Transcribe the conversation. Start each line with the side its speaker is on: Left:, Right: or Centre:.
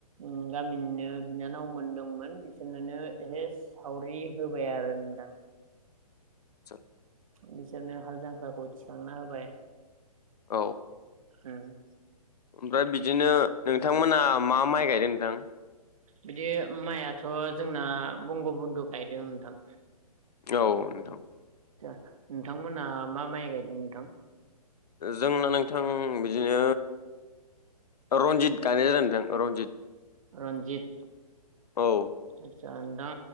Right: उम गामिनिनो बिनानावमोन दंमोन बिसोरनोनो एसे सावरि होबाय आरो नोंथां।
Left: सोर?
Right: बिसोरनो हाल जांख्राखौ थिखांना होबाय
Left: औ
Right: उम
Left: ओमफ्राय बिदिनो नोंथांमोना मा माइ गायदों नोंथां?
Right: बिदि माइआथ' जोंना बंग' बुन्दु गायदों नोंथां।
Left: औ नोंथां
Right: नोंथांमोना मा माइ गायदों नोंथां?
Left: जोंना नोंथां बिदिनो रनजित गायनाय जादों नोंथां रनजित।
Right: रनजित?
Left: औ
Right: आतसा नोंथां